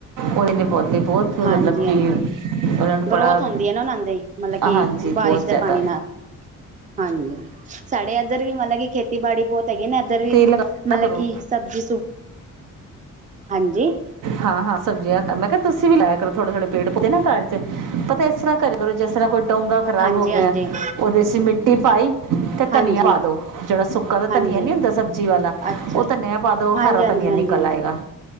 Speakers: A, on the right (about 75°); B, on the right (about 25°).
A: ਉਹਦੇਨ ਪੌਦੇ ਬਹੁਤ ਮਤਲਬ
B: ਹਾਂਜੀ-ਹਾਂਜੀ
A: ਕਿ ਉਹਨਾਂ ਨੂੰ ਬੜਾ
B: ਗਰੋਥ ਹੁੰਦੀ ਹੈ ਨਾ ਉਹਨਾਂ ਦੀ, ਮਤਲਬ ਕਿ
A: ਹਾਂਜੀ
B: ਬਾਰਿਸ਼
A: ਬਹੁਤ
B: ਦੇ
A: ਜ਼ਿਆਦਾ
B: ਪਾਣੀ ਨਾਲ। ਹਾਂਜੀ, ਸਾਡੇ ਇੱਧਰ ਵੀ ਮਤਲਬ ਕਿ ਖੇਤੀਬਾੜੀ ਬਹੁਤ ਹੈਗੇ ਨਾ ਇਧਰ ਵੀ,
A: ਤੇਲ ਲਗਾਇਆ
B: ਮਤਲਬ
A: ਕਰੋ
B: ਕੀ ਸਬਜ਼ੀ, ਸੁ ਹਾਂਜੀ।
A: ਹਾਂ-ਹਾਂ, ਸਬਜ਼ੀਆਂ ਮੈਂ ਕਿਹਾ ਤੁਸੀ ਵੀ ਲਾਇਆ ਕਰੋ, ਥੋੜ-ਥੋੜੇ ਪੇੜ-ਪੌਦੇ ਨਾ ਘਰ'ਚ ਪਤਾ ਇਸ ਤਰ੍ਹਾਂ ਘਰੇ ਕਰੋ ਜਿਸਰ੍ਹਾਂ ਕੋਈ ਡੋਂਗਾ ਖਰਾਬ
B: ਹਾਂਜੀ
A: ਹੋਗਿਆ,
B: ਹਾਂਜੀ
A: ਉਹਦੇ'ਚ ਮਿੱਟੀ ਪਾਈ, ਤੇ
B: ਹਾਂਜੀ
A: ਧਨੀਆ ਪਾਦੋ ਜਿਹੜਾ ਸੁੱਕਾ ਤਾਂ
B: ਹਾਂਜੀ
A: ਧਨੀਆ ਨੀ ਹੁੰਦਾ ਸਬਜ਼ੀ ਵਾਲਾ,
B: ਅੱਛਾ
A: ਉਹ ਧਨੀਆ ਪਾਦੋ ਹਰਾ
B: ਹਾਂਜੀ ਹਾਂਜੀ
A: ਧਨੀਆ
B: ਹਾਂਜੀ
A: ਨਿਕਲ
B: ਹਾਂਜੀ
A: ਆਏਗਾ।